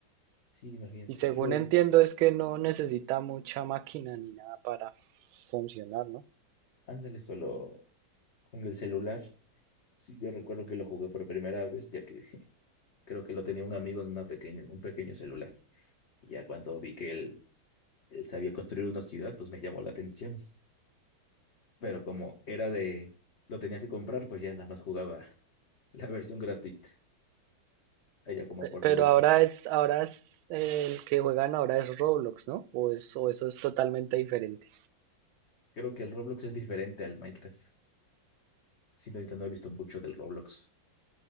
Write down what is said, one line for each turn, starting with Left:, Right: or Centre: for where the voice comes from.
Left: sí, imagínate.
Right: Y según
Left: Ror,
Right: entiendo, es que no necesita mucha máquina ni nada para funcionar, ¿no?
Left: ándale solo. con el celular. Sí, yo recuerdo que lo jugué por primera vez, ya que <laughs> creo que lo tenía un amigo en una pequeña, un pequeño celular. Y ya cuando vi que él, él sabía construir una ciudad, pues me llamó la atención. Pero como era de, lo tenía que comprar, pues ya nada más jugaba <laughs> la versión gratuita, allá como
Right: Pe-
Left: por
Right: Pero
Left: el dos
Right: ahora
Left: mil
Right: es, ahora es eh, el que juegan ahora es Roblox, ¿no? O es- o eso es totalmente diferente.
Left: Creo que el Roblox es diferente al Minecraft. Sí, no, ahorita no he visto mucho del Roblox.